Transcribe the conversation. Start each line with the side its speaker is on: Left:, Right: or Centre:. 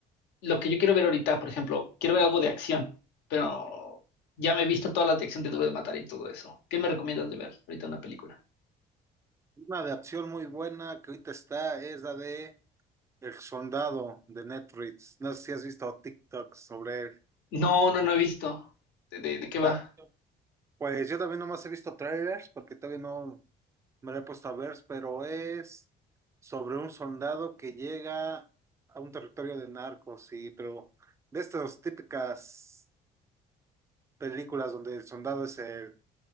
Left: lo que yo quiero ver ahorita, por ejemplo, quiero ver algo de acción, pero ya me he visto toda la de acción de Duro de Matar y todo eso. ¿Qué me recomiendas de ver ahorita una película?
Right: Una de acción muy buena que ahorita está es la de El Soldado de Netflix. No sé si has visto TikTok sobre él.
Left: No, no, no he visto. ¿De, de, de qué
Right: Ta-
Left: va?
Right: Pues yo también nomás he visto trailers porque todavía no me lo he puesto a ver, pero es sobre un soldado que llega a un territorio de narcos, sí, pero de estas típicas películas donde el soldado es el